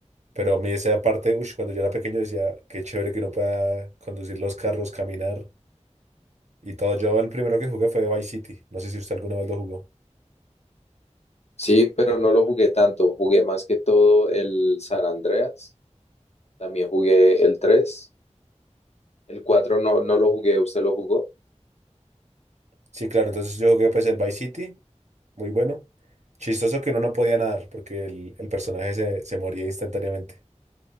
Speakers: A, on the right (about 70°); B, on the left (about 60°).
A: Pero a mí esa parte, ush, cuando yo era pequeño decía, qué chévere que uno pueda conducir los carros, caminar. Y todo, yo el primero que jugué fue Vice City. No sé si usted alguna vez lo jugó.
B: Sí, pero no lo jugué tanto. Jugué más que todo el San Andreas. También jugué el tres, El 4 no, no lo jugué, ¿usted lo jugó?
A: Sí, claro, entonces yo jugué pues el Vice City, muy bueno. Chistoso que uno no podía nadar porque el, el personaje se, se moría instantáneamente.